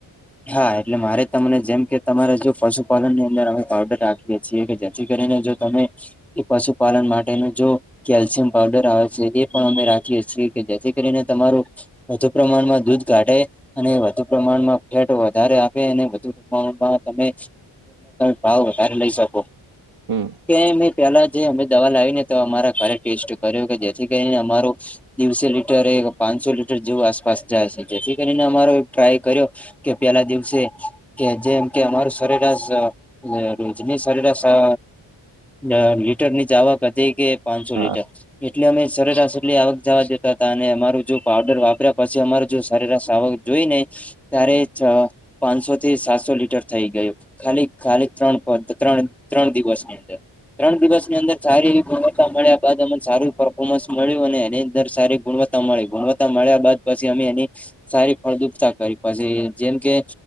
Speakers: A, in the centre; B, on the right (about 85°).
A: હા એટલે મારે તમને જેમ કે, તમારે જો પશુપાલનની અંદર અમે પાવડર રાખીએ છીએ. કે જેથી કરીને જો તમે સ એ પશુપાલન માટેનું જો કેલ્શિયમ પાવડર આવે છે. એ પણ અમે રાખીએ છીએ. કે જેથી કરીને તમારું વધુ પ્રમાણમાં દૂધ કાઢે. અને વધુ પ્રમાણમાં રેટ વધારે આવે અને વધુ પ્રમાણ માં તમે ભાવ વધારે લઈ શકો.
B: હમ
A: કે મે.. પેલા જે અમે દવા લાવી ને તો, અમારા ઘરે ટેસ્ટ કર્યો કે જેથી કરીને અમારું દિવસે લિટરે પાંચસો લીટર જેવું આસપાસ જાય છે. જેથી કરીને અમારો ટ્રાય કર્યો. કે પેલા દિવસે કે જેમ કે અમારું સરેરાશ અ રોજની સરેરાશ અ અ લીટર ની જાવક હતી કે, પાનસો
B: હા
A: લીટર. એટલી અમે સરેરાશ એટલી આવક જવા દેતા હતા. અને અમારું જો પાવડર વાપર્યા પછી અમાર જો સરેરાશ આવક જોઈ ને ત્યારે
B: હમ
A: જ પાનસો થી સાતસો લીટર થઈ ગયું. ખાલી ખાલી ત્રણ-ત્રણ-ત્રણ-ત્રણ દિવસની અંદર ત્રણ દિવસ ની અંદર સારી એવી ગુણવત્તા મળ્યા બાદ અમર સારું ફ્રફોર્મેન્સ મળ્યું. અને એની અંદર સારી ગુણવત્તા તા મળી ગુણવત્તા મળ્યા બાદ પછી અમે એની સારી ફળદ્રુપતા કરી પછી જેમ કે,